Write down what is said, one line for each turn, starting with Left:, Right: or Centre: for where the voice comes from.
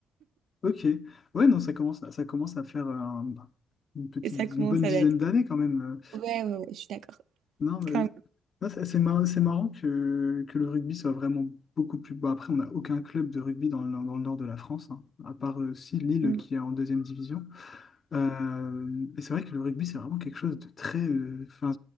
Left: Ok. Ouais, non, ça commence, à- ça commence à faire un- une petite,
Right: Et ça commence
Left: une bonne
Right: à
Left: dizaine
Right: dater.
Left: d'années quand même. Euh,
Right: Ouais, ouais, ouais, je suis d'accord.
Left: Non, mais-
Right: Quand
Left: non, c'est c'est marrant, c'est marrant que, que le rugby soit vraiment beaucoup plus... Bon, après, on n'a aucun club de rugby dans, le dans le nord de la France, hein, à part aussi Lille
Right: même.
Left: qui est en deuxième division. Euh, et c'est vrai que le rugby, c'est vraiment quelque chose de très... euh, Enfin,